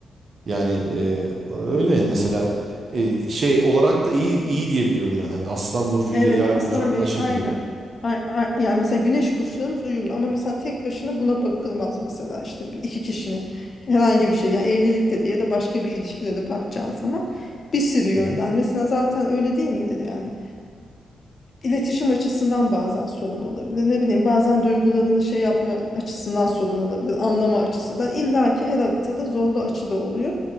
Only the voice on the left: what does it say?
Evet
Aslan
ve aynen.
A- a- Yani mesela güneş burçlarınız uyumlu ama mesela tek başına buna bakılmaz mesela işte bir- iki kişinin herhangi bir şey yani evlilikte de ya da başka bir ilişkide de bakacağın zaman bir sürü yönden
mesela zaten öyle değil midir yani iletişim açısından bazen sorun olabilir. Ne bileyim bazen duygularını şey yapma açısından sorun olabilir. Anlama açısından. İlla ki her haritada zorlu açı da oluyor.